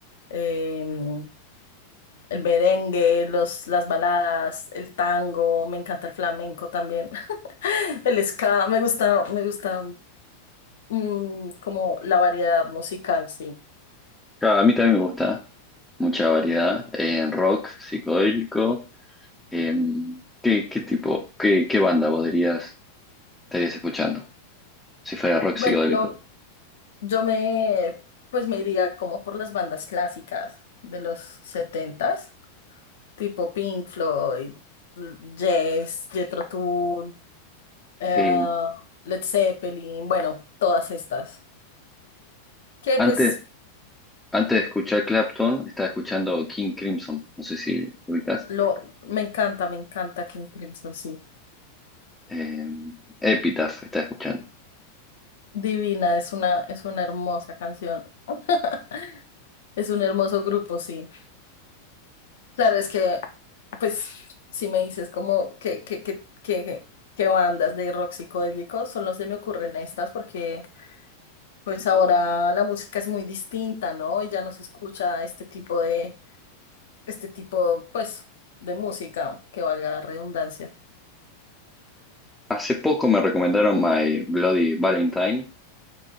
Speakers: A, on the left (about 60°); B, in the centre.
A: em, el merengue, los, las baladas, el tango, me encanta el flamenco también, <laughs> el ska, me gusta, me gusta mm, como la variedad musical, sí.
B: Claro, a mí también me gusta mucha variedad en rock, psicodélico. em, ¿qué, qué tipo, qué, qué banda vos dirías estarías escuchando si fuera rock
A: Bueno,
B: psicodélico?
A: yo, yo me, pues me iría como por las bandas clásicas de los setentas, tipo Pink Floyd, l- Yes, Jethro Tull, eh,
B: Eh,
A: Led Zeppelin, bueno, todas estas. Que
B: antes,
A: pues
B: antes de escuchar Clapton, estaba escuchando King Crimson, no sé si lo ubicás.
A: Lo, me encanta, me encanta King Crimson, sí.
B: Em, Epitaph estaba escuchando.
A: Divina, es una, es una hermosa canción. <laughs> Es un hermoso grupo, sí. Claro, es que, pues, si me dices como que, que, que, que, que bandas de rock psicodélico, solo se me ocurren estas porque, pues, ahora la música es muy distinta, ¿no? Y ya no se escucha este tipo de, este tipo, pues, de música, que valga la redundancia.
B: Hace poco me recomendaron My Bloody Valentine